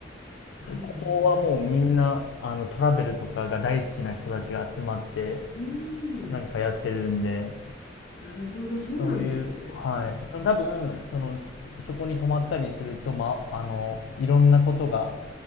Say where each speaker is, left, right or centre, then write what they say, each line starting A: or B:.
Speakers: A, on the left; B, on the left.
A: あるんですね。
B: ここはもうみんな、あの、トラベルとかが大好きな人たちが集まって、
A: うん。
B: なんかやってるんで、
A: なるほど。そうなんですね。
B: そういう、はい。その多分、その、そこに泊まったりすると、ま、あの、いろんなことが、